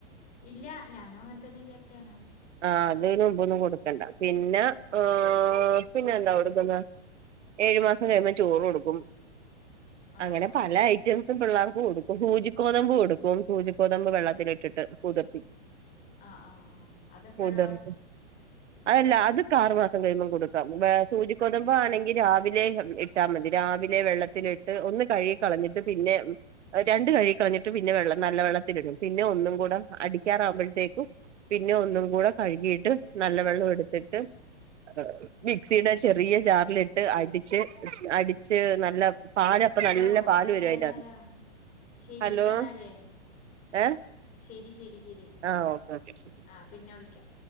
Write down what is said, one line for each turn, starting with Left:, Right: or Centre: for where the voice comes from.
Left: ഇല്ല ഞാനും അങ്ങൻ തന്നെ വിചാരിച്ചേണെ
Right: ആ ഞ്ഞി അയ്ന് മ്പൊന്നും കൊടുക്കണ്ട പിന്നെ ആ പിന്നെന്താ കൊടുക്കുന്നെ ഏഴ് മാസം കഴിയുമ്പം ചോറ് കൊടുക്കും
Left: ആഹ്
Right: അങ്ങനെ
Left: ആഹ്
Right: പല
Left: ആഹ്
Right: ഐറ്റം റ്റംസും പിള്ളാർക്കു കൊടുക്കും സൂചിക്കോതമ്പ് കൊടുക്കും സൂചിക്കോതമ്പ് വെള്ളത്തില് ഇട്ടിട്ട് കുതിർത്തി
Left: ആഹ് ആഹ് ആഹ് അതെപ്പഴാ
Right: ഓതേണ്
Left: <inaudible>
Right: അതല്ല അത്ക്ക്‌ ആറ് മാസം കഴിയുമ്പം കൊടുക്കാം വേ സൂചിക്കോതമ്പാണെങ്കില് രാവിലെ യം എട്ട് ഇട്ടാ മതി രാവിലെ വെള്ളത്തിലിട്ട് ഒന്ന് കഴുകി കളഞ്ഞിട്ട് പിന്നെ ട്ടാ രണ്ട് കഴുകിക്കളഞ്ഞിട്ട് പിന്നെ വെള്ളം നല്ല വെള്ളത്തിലിടും പിന്നെ ഒന്നും കൂടെ അടിക്കാറാകുമ്പഴത്തേക്കും പിന്നെ ഒന്നും കൂടെ കഴുകിയിട്ട് നല്ല വെള്ളം എടുത്തിട്ട് <unintelligible> മിക്സിയുടെ ചെറിയ ജാറിലിട്ട് അടിച്ച് അടിച്ച് നല്ല പാലപ്പം
Left: ഹലോ
Right: നല്ല പാല്
Left: ഹലോ
Right: വരും
Left: ഹലോ
Right: അതിന്റകത്ത്
Left: ഹലോ ശരീട്ട
Right: ഹലോ
Left: ന്നാല്
Right: ഏഹ്
Left: ശരി ശരി ശരി
Right: ആഹ് ഓക്കെ ഓക്കെ ശരി
Left: ആഹ് പിന്നെ വിളിക്കാം